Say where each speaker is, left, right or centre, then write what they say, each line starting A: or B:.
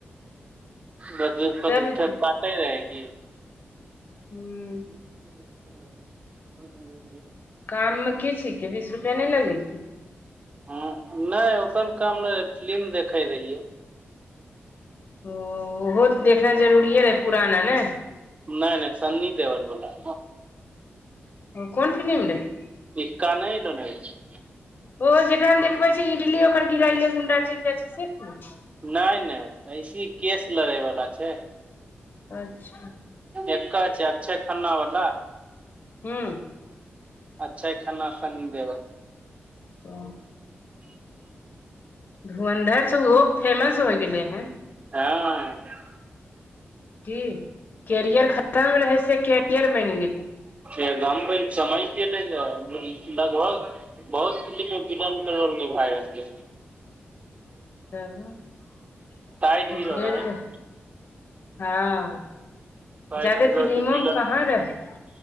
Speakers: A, on the right; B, on the left.
A: दस-बीस रूपा
B: तब
A: झूठे से काटे रहै की।
B: हुं।
A: <inaudible>
B: काम मे की छिकै बीस रुपया नै लगैते।
A: हां नै ओसन काम नै रहै फिलिम देखै रहिये।
B: ओ उहो ते देखनाय जरूरीये रहै पुराना नै।
A: नै-नै सन्नी देवल बला।
B: अ कौन फिलिम रहै।
A: इक्का नै ऐलो अय बीच मे।
B: ओ जेकरा मे देखबै छै इडली ओकर गिराएले गुंडा चैल जाय छै से फिलिम।
A: नै-नै ऐसे केश लड़य बला छै।
B: अच्छा।
A: ऐकर छै अक्षय खन्ना बला।
B: हुं।
A: अक्षय खन्ना, सन्नी देबल।
B: ओ। धुरंधर स ओहो फेमस होइ गेलै हें।
A: हं अ।
B: की कैरियर खतम रहय से कैरियर बनि गेलै।
A: एकदमे चमकि गेलै ये लगभग बहुत फिल्म मे विलेन के रोल मे निभाय रहलै।
B: तब
A: साइड
B: <unintelligible>
A: हीरो रहै ने
B: हां अ
A: साइड
B: जादे
A: हीरो
B: फिलिमों
A: तऽ विलन
B: मे कहाँ रहै।